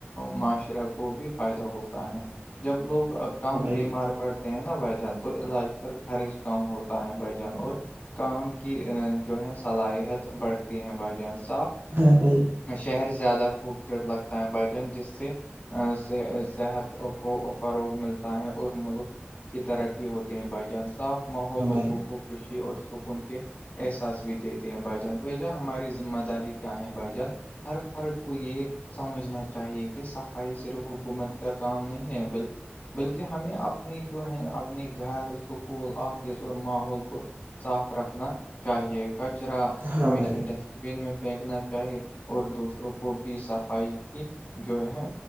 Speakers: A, on the left; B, on the right.
A: معاشرہ کو بھی فائدہ ہوتا ہے جب لوگ کم
B: ہاں بھائی
A: بیمار
B: جان
A: پڑتے ہیں نا وجن تو علاج پر خرچ کم ہو ہے بھائی جان اور کام کی جو ہے صلاحیت بڑھتی ہے بھائی جان صاف
B: ہاں بھائی
A: شہر زیادہ خوبصورت لگتا ہے بھائیجان جس سے <unintelligible> سے صحت کو فروغ ملتا ہے اور ملک کی ترقی ہوتی ہے بھائی جان صاف ماحول
B: ہاں
A: لوگوں
B: بھائی
A: کو خوشی اور سکون کے احساس بھی دیتے ہیں بائیجان بجان ہماری ذمہ داری کیا ہے بائیجان <unintelligible> ہر فرق کو یہ <unintelligible> سمجھنا چاہیے کہ صفائی صرف حکومت کا کام نہیں ہے بلکہ بلکہ ہمیں اپنی جو ہے اپنے گھر اسکول آفس اور ماحول کو صاف رکھنا چاہیے کچرا
B: ہاں
A: ہمیشہ
B: بھائی
A: ڈسٹ چین میں پھینکنا چاہی اور دوسروں کو بھی صفائی کی جو ہے